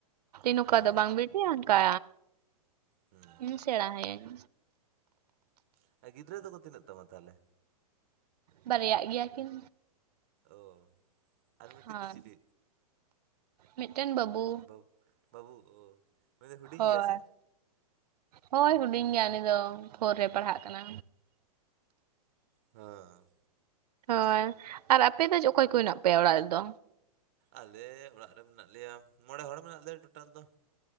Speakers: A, on the right; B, on the right.
A: ᱱᱚᱝᱠᱟ
B: ᱚ
A: ᱫᱚ ᱵᱟᱝ ᱵᱤᱴᱤ ᱚᱱᱠᱟ,
B: ᱦᱩᱸ ᱦᱩᱸ
A: ᱤᱧ ᱥᱮᱬᱟ ᱦᱟᱹᱭᱟᱹᱧ᱾
B: <unintelligible> ᱜᱤᱫᱽᱨᱟᱹ ᱫᱚᱠᱚ ᱛᱤᱱᱟᱹᱜ ᱛᱟᱢᱟ ᱛᱟᱦᱚᱞᱮ?
A: ᱵᱟᱨᱭᱟᱜ ᱜᱮᱭᱟ ᱠᱤᱱ᱾
B: ᱚ ᱟᱨ ᱢᱤᱫᱴᱮᱡ
A: ᱦᱳᱭ
B: ᱫᱚ ᱪᱤᱞᱤ?
A: ᱢᱤᱫᱴᱮᱱ ᱵᱟᱹᱵᱩ
B: ᱵᱟᱹᱼᱼ ᱵᱟᱹᱵᱩ ᱚ᱾ ᱩᱱᱤ ᱫᱚ ᱦᱩᱰᱤᱧ
A: ᱦᱳᱭ,
B: ᱜᱮᱭᱟ ᱥᱮ
A: ᱦᱳᱭ ᱦᱩᱰᱤᱧ ᱜᱮᱭᱟ ᱩᱱᱤ ᱫᱚ, ᱯᱷᱳᱨ ᱨᱮᱭ ᱯᱟᱲᱦᱟᱜ ᱠᱟᱱᱟ᱾
B: ᱦᱮᱸ
A: ᱦᱳᱭ ᱟᱨ ᱟᱯᱮ ᱫᱚ ᱚᱠᱚᱭ ᱠᱚ ᱦᱮᱱᱟᱜ ᱯᱮᱭᱟ ᱚᱲᱟᱜ ᱨᱮᱫᱚ
B: ᱟᱞᱮ ᱚᱲᱟᱜ ᱨᱮ ᱢᱮᱱᱟᱜ ᱞᱮᱭᱟ ᱢᱚᱬᱮ ᱦᱚᱲ ᱢᱮᱱᱟᱜ ᱞᱮᱭᱟ ᱴᱳᱴᱟᱞ ᱫᱚ᱾